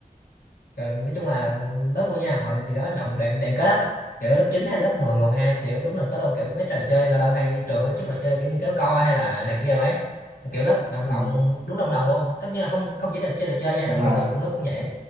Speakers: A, on the left; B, on the right.
A: rồi nói chung là lớp tôi nha hồi thì đó động đoàn đoàn kết lắm kiểu lớp chín hay lớp mười mười một mười hai kiểu đúng là có luôn kiểu mấy trò chơi lâu lâu hay trường hay tổ chức trò chơi kiểu như kéo co hay là này kia rồi ấy kiểu lớp đồng
B: ừ
A: lòng đúng đồng lòng luôn tất nhiên là không không chỉ là chơi trò chơi nha
B: đồng
A: trong
B: lòng
A: bình thường cũng lớp cũng vậy